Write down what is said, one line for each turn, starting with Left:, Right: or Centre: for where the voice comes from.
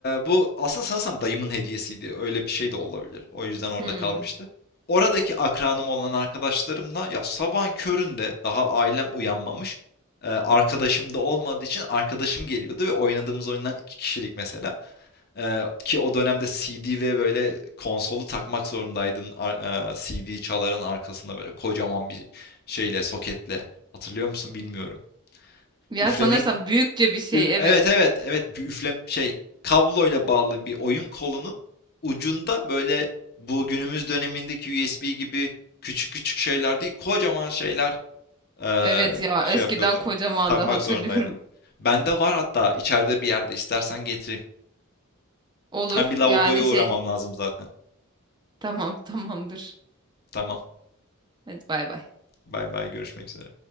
Left: bu aslında sanırsam dayımın hediyesiydi. Öyle bir şey de olabilir. O yüzden orada
Right: Hmm.
Left: kalmıştı. Oradaki akranım olan arkadaşlarımla ya sabahın köründe daha ailem uyanmamış. Eee, arkadaşım da olmadığı için arkadaşım geliyordu ve oynadığımız oyundan 2 kişilik mesela. Eee, ki o dönemde CD ve böyle konsolu takmak zorundaydın. Ar- eee, CD çaların arkasında böyle kocaman bir şeyle, soketle. Hatırlıyor musun bilmiyorum.
Right: Ya
Left: Üflemek
Right: sanırsam büyükçe bir şey
Left: Ü-
Right: evet.
Left: Evet evet evet bir üflem şey kabloyla bağlı bir oyun kolunun ucunda böyle bu günümüz dönemindeki USB gibi küçük küçük şeyler değil kocaman şeyler eee,
Right: Evet ya
Left: şey
Right: eskiden
Left: yapıyordu.
Right: kocamandı
Left: Takmak
Right: hatırlıyorum.
Left: zorundaydı. Bende var hatta içeride bir yerde istersen getireyim.
Right: Olur
Left: Hem bir lavaboya
Right: yani
Left: uğramam
Right: şey
Left: lazım zaten.
Right: tamam tamamdır.
Left: Tamam.
Right: Hadi bay bay.
Left: Bay bay görüşmek üzere.